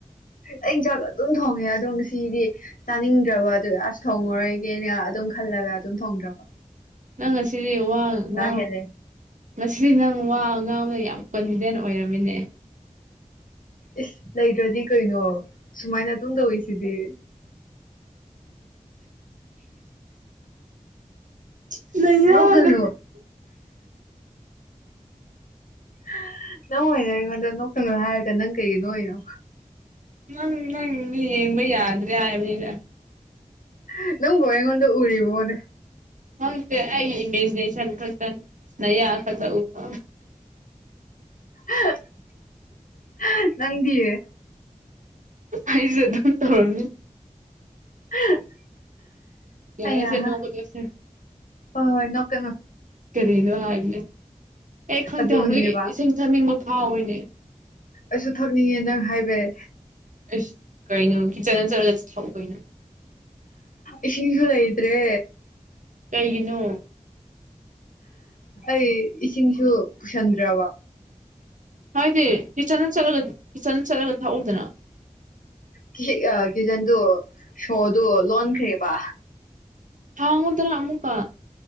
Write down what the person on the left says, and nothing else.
ꯑꯩ ꯏꯟꯁꯥꯡ ꯑꯗꯨꯝ ꯊꯣꯡꯉꯦ ꯑꯗꯣ ꯉꯁꯤꯗꯤ ꯇꯥꯅꯤꯡꯗ꯭ꯔꯥꯕ ꯑꯗꯨꯏ ꯑꯁ ꯊꯣꯡꯉꯔꯣꯏꯒꯦꯅ ꯑꯗꯨꯝ ꯈꯜꯂꯒ ꯑꯗꯨꯝ ꯊꯣꯡꯗ꯭ꯔꯥꯕ
ꯍꯦꯜꯂꯦ
ꯏꯁ ꯂꯩꯇ꯭ꯔꯗꯤ ꯀꯩꯅꯣ ꯁꯨꯃꯥꯏꯅ ꯑꯗꯨꯝ ꯇꯧꯋꯤꯁꯤꯗꯤ
ꯅꯣꯛꯀꯅꯨ <unintelligible> ꯅꯪ ꯑꯣꯏꯔꯦ ꯑꯩꯉꯣꯟꯗ ꯅꯣꯛꯀꯅꯣ ꯍꯥꯏꯔꯒ ꯅꯪ ꯀꯩꯒꯤ ꯅꯣꯛꯏꯅꯣ
<unintelligible> ꯅꯪꯕꯨ ꯑꯩꯉꯣꯟꯗ ꯎꯔꯤꯕꯣꯅꯦ
<unintelligible> ꯅꯪꯗꯤ
<unintelligible>
ꯑꯌꯥꯍ
ꯍꯣꯏ ꯍꯣꯏ ꯅꯣꯛꯀꯅꯨ
ꯑꯗꯨꯅꯦꯕ
ꯑꯩꯁꯨ ꯊꯛꯅꯤꯡꯉꯦ ꯅꯪ ꯍꯥꯏꯕꯩ
ꯏꯁꯤꯡꯁꯨ ꯂꯩꯇ꯭ꯔꯦ
ꯑꯩ ꯏꯁꯤꯡꯁꯨ ꯄꯨꯁꯤꯟꯗ꯭ꯔꯥꯕ
ꯀꯤ ꯀꯤꯆꯟꯗꯨ ꯁꯣꯗꯨ ꯂꯣꯟꯈ꯭ꯔꯦꯕ